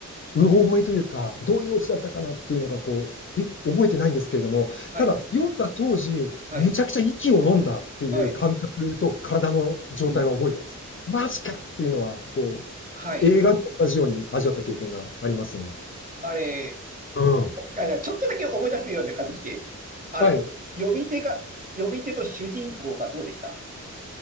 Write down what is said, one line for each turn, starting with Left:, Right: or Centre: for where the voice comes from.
Left: うろ覚えというか、どういうオチだったかなっていうのが、こう、で、覚えてないんですけれども、
Right: はい、
Left: ただ、読んだ当時、
Right: はい、
Left: めちゃくちゃ息を飲んだっていう感覚と体の状態は覚えてます。
Right: はい、うん、
Left: マジかっていうのは、こ
Right: はい。
Left: う、映画と同じように味わった経験がありますね。
Right: あれ、
Left: うん。
Right: あじゃちょっとだけ思い出すような形で、あれ、
Left: はい。
Right: 読み手が、読み手と主人公がどうでした